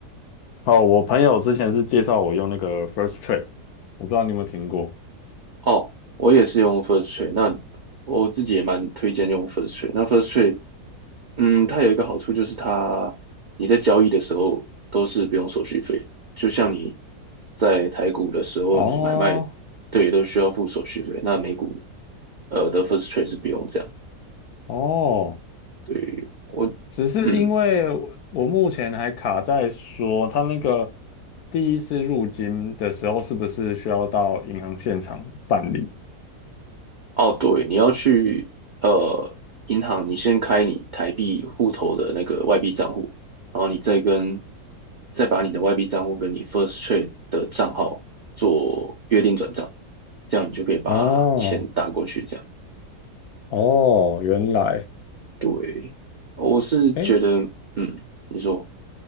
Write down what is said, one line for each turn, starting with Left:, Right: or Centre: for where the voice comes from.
Left: 哦，我朋友之前是介绍我用那个 First Trade，我不知道你有没有听过。
Right: 哦，我也是用 First Trade，那我自己也蛮推荐用 First Trade。那 First Trade 嗯，它有一个好处就是它，你在交易的时候都是不用手续费，就像你在台股的时候，
Left: 哦
Right: 你买卖对都需要付手续费，那美股呃的 first trade 是不用这样。
Left: 哦，
Right: 对，我
Left: 只是因为我我目前还卡在说，
Right: 嗯，
Left: 他那个第一次入金的时候，是不是需要到银行现场办理？
Right: 哦对，你要去呃银行，你先开你台币户头的那个外币账户，然后你再跟再把你的外币账户跟你 first trade 的账号做约定转账，这样你就可以把钱打过去，
Left: 哦
Right: 这样。
Left: 哦，原来，
Right: 对，我是觉得，
Left: 哎
Right: 嗯，你说，